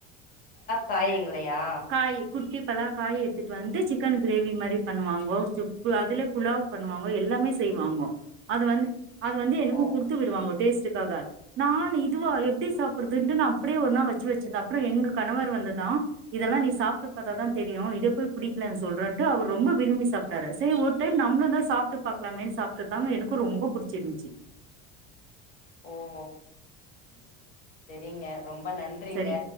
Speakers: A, on the left (about 30°); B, on the right (about 45°).
A: காய்ங் இல்லையா
B: காய் குட்டி பலா காய் எடுத்துட்டு வந்து சிக்கன் கிரேவி மாரி <inaudible> பண்ணுவாங்கே துப்பு அதுல புலாவ் பண்ணுவாங்கே எல்லாமே செய்வாங்கோ அது வந்து அது வந்து எனக்கும்
A: ஓ
B: குடுத்து விடுவாங்கோ டேஸ்ட்டுக்காக நான் இதுவா எப்டி சாப்பிடுறதுட்டு நான அப்டியே ஒர் நாள் வச்சு வச்சிருந்தேன் அப்பறம் எங்க கணவர் வந்துதான் இதெல்லாம் நீ சாப்ட்டு பாத்தாதான் தெரியும் இதை போய் புடிக்கடலன்னு சொல்றேன்ட்டு அவ ரொம்ப விரும்பி சாப்டாரு சரி ஒரு டைம் நம்மளும் தான் சாப்பிட்டு பாக்கலாமேனு சாப்பிடு அதாங்க எனக்கு ரொம்ப பிடிச்சிருந்துச்சு
A: ஓ ஹோ செரிங்க ரொம்ப நன்றிங்க
B: சரி